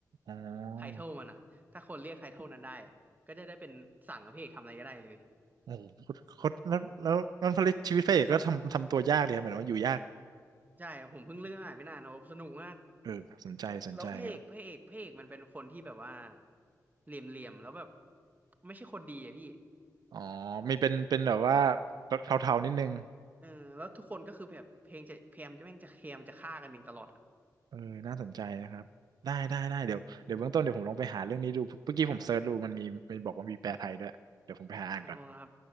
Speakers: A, on the right; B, on the right.
A: อ๋อ
B: ไทเทลมันอะถ้าคนเรียกไทเทลนั้นได้อ่ะก็จะได้เป็นสั่งให้พระเอกทำอะไรก็ได้เลย
A: โอ้โหโคตรโคตรแล้วแล้วนั่นผลิตชีวิตพระเอกก็ทำทำตัวยากเลยเหมือนว่าอยู่ยาก
B: ใช่ผมเพิ่งเลือกอ่านไม่นานโอ้สนุกมาก
A: เออสนใจสนใจครับ
B: แล้วพระเอกพระเอกพระเอกมันเป็นคนที่แบบว่าเหลี่ยมเหลี่ยมแล้วแบบไม่ใช่คนดีอะพี่
A: อ๋อมีเป็นเป็นแบบว่าเทาๆนิดนึง
B: เออแล้วทุกคนก็คือแบบเพลงจะพยายามจะแม่งจะพยายามจะฆ่ากันเองตลอดอะ
A: เออน่าสนใจนะครับได้ได้ได้เดี๋ยวเดี๋ยวเบื้องต้นเดี๋ยวผมลองไปหาเรื่องนี้ดูเมื่อกี้ผมเซิร์ชดูมันมีมันบอกว่ามีแปลไทยด้วย เดี๋ยวผมไปหาอ่านก่อน
B: เอาละครับ